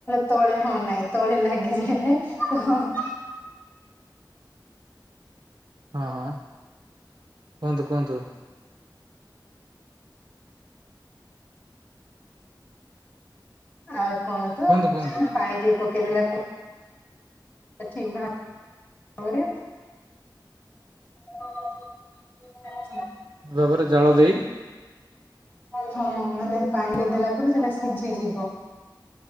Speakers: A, on the left; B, on the right.
A: ତଳେ ହଁ, ନାହିଁ ତଳେ ଲାଗିଯାଇଥାଏ। ହଁ ହଁ।
B: ହଁ ହଁ। କୁହନ୍ତୁ, କୁହନ୍ତୁ।
A: ଆଉ କଣ, ତ
B: କୁହନ୍ତୁ କୁହନ୍ତୁ
A: ପାଣି ଟିକେ ପକେଇେଦେଲା, ପ ଠିକ୍, ଭା-ବରେ। ହ <unintelligible>
B: ଜବର ଜାଳ ଦେଇ
A: ହଁ, ମାନେ ପାଣିରେ ଦେଲା ପରେ ସେଟା ସିଝିଯିବ।